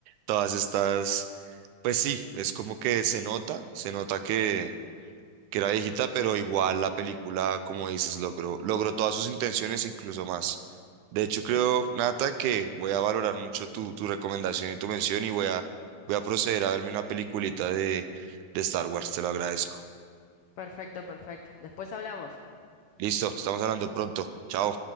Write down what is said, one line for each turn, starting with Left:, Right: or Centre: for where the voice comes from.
Right: Todas estas, pues sí, es como que se nota, se nota que que era viejita, pero igual la película, como dices, logró, logró todas sus intenciones, incluso más. De hecho,
Left: Sí,
Right: creo,
Left: sí.
Right: Nata, que voy a valorar mucho tu, tu recomendación y tu mención y voy a, voy a proceder a verme una peliculita de, de Star Wars, te lo agradezco.
Left: Perfecto, perfecto. Después hablamos.
Right: Listo, estamos hablando pronto. Chao.